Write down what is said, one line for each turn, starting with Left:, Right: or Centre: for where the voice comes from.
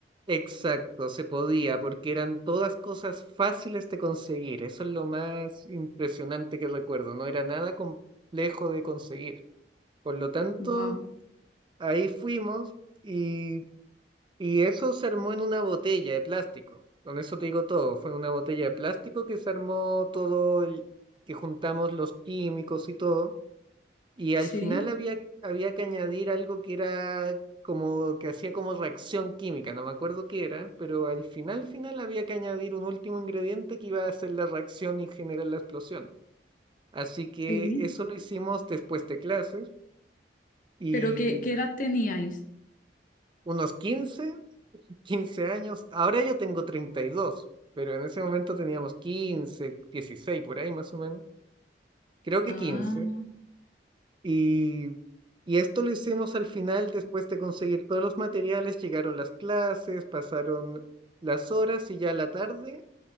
Right: exacto, se podía, porque eran todas cosas fáciles de conseguir. Eso es lo más impresionante que recuerdo, no era nada complejo de conseguir. Por lo tanto,
Left: Wow,
Right: ahí fuimos y, y eso se armó en una botella de plástico. Con eso te digo todo, fue en una botella de plástico que se armó todo el, que juntamos los químicos y todo. Y al
Left: sí,
Right: final había, había que añadir algo que era como que hacía como reacción química, no me acuerdo qué era, pero al final, final había que añadir un último ingrediente que iba a hacer la reacción y generar la explosión. Así que
Left: sí.
Right: eso lo hicimos después de clases y
Left: ¿Pero qué, qué edad teníais?
Right: unos 15 <laughs> 15 años. Ahora yo tengo treinta y dos pero en ese momento teníamos quince 16 por ahí más o menos. Creo que
Left: Ah.
Right: quince Y, y esto lo hicimos al final, después de conseguir todos los materiales, llegaron las clases, pasaron las horas y ya a la tarde